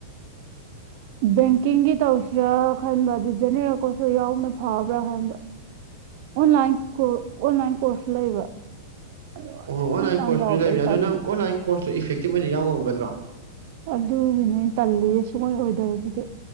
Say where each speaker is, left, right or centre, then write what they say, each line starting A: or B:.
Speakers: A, on the right; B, on the right.
A: ꯕꯦꯡꯀꯤꯡꯒꯤ ꯇꯧꯁꯤꯔꯥ ꯈꯟꯕ ꯑꯗꯨ ꯖꯅꯦꯔꯥ ꯀꯣꯠꯁꯨ ꯌꯥꯎꯅ ꯐꯥꯕ꯭ꯔꯥ ꯈꯟꯕ ꯑꯣꯟꯂꯥꯏꯟ ꯀꯣ ꯑꯣꯟꯂꯥꯏꯟ ꯏꯁꯄꯣꯔꯁ ꯂꯩꯕ ꯑꯗꯣ
B: ꯑꯣ ꯑꯣꯟꯂꯥꯏꯟ ꯀꯣꯔꯁꯨꯁꯨ
A: ꯌꯥꯎꯕꯗꯣ
B: ꯂꯩꯕꯅꯤꯅꯦ
A: ꯑꯩ
B: ꯑꯗꯨ
A: ꯇꯟꯕ
B: ꯅꯪ ꯑꯣꯟꯂꯥꯏꯟ ꯀꯣꯔꯁꯇꯨ ꯏꯐꯦꯛꯇꯤꯚ ꯑꯣꯏꯅ ꯌꯥꯎ ꯉꯝꯒꯗ꯭ꯔꯥ <unintelligible>
A: ꯑꯗꯨꯒꯤꯅꯦ ꯑ ꯇꯜꯂꯤꯌꯦ ꯁꯨꯡꯑꯣꯏ ꯑꯣꯏꯗꯧꯕꯁꯤꯗꯤ